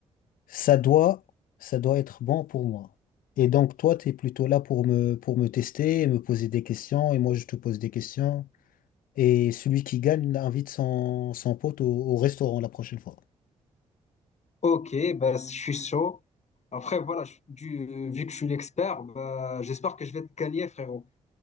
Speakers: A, on the left (about 80°); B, on the left (about 50°).
A: ça doit, ça doit être bon pour moi. Et donc, toi, tu es plutôt là pour me, pour me tester et me poser des questions, et moi, je te pose des questions. Et celui qui gagne invite son, son pote au, au restaurant la prochaine fois.
B: ok, bah, je suis chaud. Après, voilà, je- du, vu que je suis l'expert, bah, j'espère que je vais te gagner, frérot.